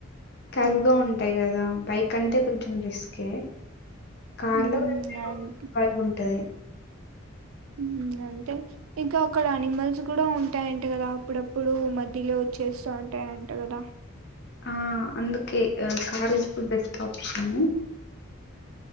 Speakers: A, on the left; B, on the right.
A: కరువుగా ఉంటాయి కదా బైక్ అంటే కొంచెం రిస్కే కార్లో
B: ఉమ్
A: వెల్తే రోడ్
B: అన్-
A: వైబ్ ఉంటది
B: ఇం అంతే ఇంకా అక్కడ అనిమల్స్ కూడా ఉంటాయంట కదా అప్పుడప్పుడు మధ్యలో వచ్చేస్తూ ఉంటాయంట కదా
A: ఆ అందుకే కార్ ఇస్ బెస్ట్ ఆప్షను